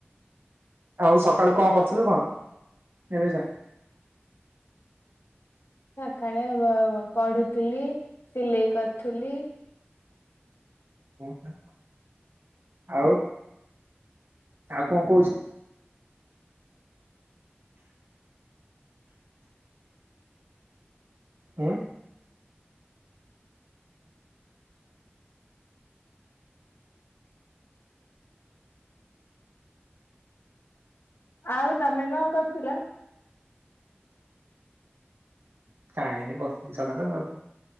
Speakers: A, on the right; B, on the left.
A: ଆଉ ସକାଳୁ କଣ କରୁଥିଲୁ କଣ ଏବେ ଯାଏ?
B: ସକାଳେ ବ ପଢୁଥିଲି ସିଲେଇ କରୁଥିଲି।
A: ଓହୋ ଆଉ? ଆଉ କଁ କଉଚୁ? ଉଁ।
B: ଆଉ ତମେ କଁ କରୁଥିଲ?
A: କାଇଁ ଏଇଠି ବସିଚି ସକାଳୁ <unintelligible>